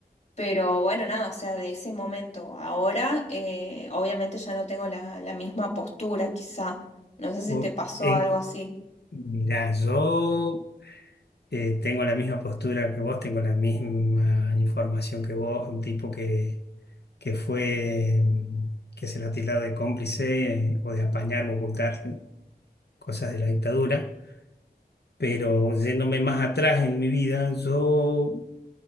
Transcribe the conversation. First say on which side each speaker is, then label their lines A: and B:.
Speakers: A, on the left; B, on the left.
A: Pero bueno, nada, o sea, de ese momento a ahora, eh, obviamente ya no tengo la, la misma postura, quizá. No sé si
B: O-
A: te pasó
B: en-
A: algo así.
B: mirá, yo eh, tengo la misma postura que vos, tengo la misma información que vos, un tipo que, que fue, mm, que se lo ha tildado de cómplice eh, o de apañar o ocultar cosas de la dictadura, pero yéndome más atrás en mi vida, yo